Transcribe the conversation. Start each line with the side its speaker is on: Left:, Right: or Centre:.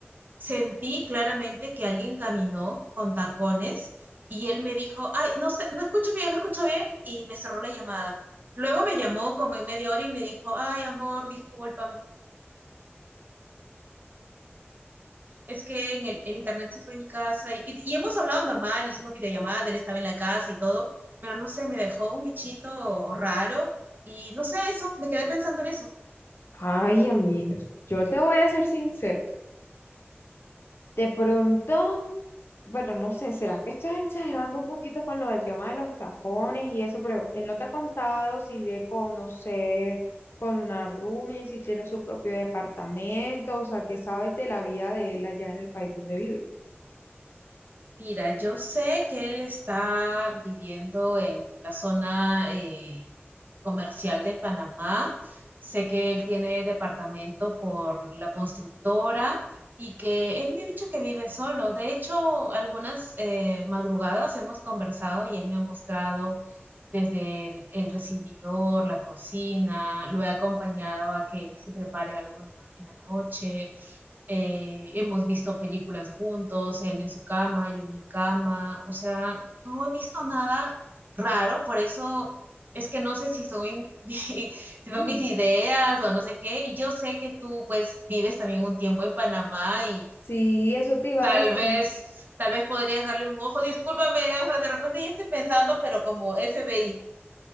Right: sentí claramente que alguien caminó con tacones y él me dijo, ay, no sé, no escucho bien, no escucho bien, y me cerró la llamada. Luego me llamó como en media hora y me dijo, ay, amor, discúlpame, es que en el, el internet se fue de mi casa y, y, y hemos hablado normal, hicimos videollamada, él estaba en la casa y todo, pero no sé, me dejó un bichito raro y no sé eso, me quedé pensando en eso.
Left: Ay, amigos, yo te voy a ser sincera. De pronto, bueno, no sé, ¿será que estás exagerando un poquito con lo del tema de los tacones y eso? Pero él no te ha contado si vive con, no sé, con una roomie, si tiene su propio departamento, o sea, ¿qué sabes de la vida de él allá en el país donde vive?
Right: Mira, yo sé que él está viviendo en la zona eh, comercial de Panamá. Sé que él tiene departamento por la constructora y que él me ha dicho que vive solo. De hecho, algunas eh, madrugadas hemos conversado y él me ha mostrado desde el, el recibidor, la cocina. Lo he acompañado a que él se prepare algo en la en la noche eh, hemos visto películas juntos, él en su cama, yo en mi cama, o sea, no he visto nada raro, por eso es que no sé si son, <laughs> si son
Left: Mm,
Right: mis ideas o no sé qué, y yo sé que tú pues vives también un tiempo en Panamá y
Left: Sí, eso te iba
Right: tal
Left: a decir.
Right: vez, tal vez podrías darle un ojo, discúlpame, o sea, de repente ya estoy pensando, pero como FBI.